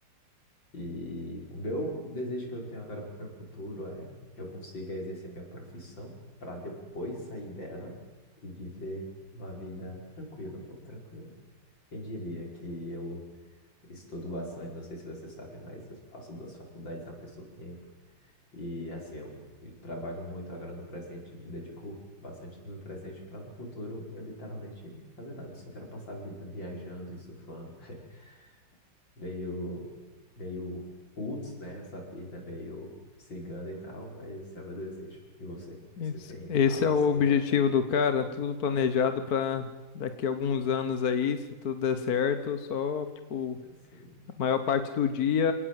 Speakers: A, on the left; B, on the left.
A: E o meu desejo que eu tenho agora para o meu futuro é que eu consiga exercer minha profissão para depois sair dela e viver uma vida tranquila, pô, tranquila. Quem diria que eu Estudo bastante, não sei se você sabe, mas eu faço duas faculdades ao mesmo tempo. E assim, eu trabalho muito agora no presente, dedico bastante no presente para no futuro eu literalmente fazer nada. Só quero passar a vida viajando e surfando. <laughs> Meio, meio roots, né? Essa vida meio cigana e tal, mas esse é o meu desejo. E você? Você
B: Esse,
A: tem
B: esse
A: algo assim?
B: é o objetivo
A: Qual é?
B: do cara, tudo planejado pra daqui a alguns anos aí, se tudo der certo, só tipo
A: Assim.
B: Maior parte do dia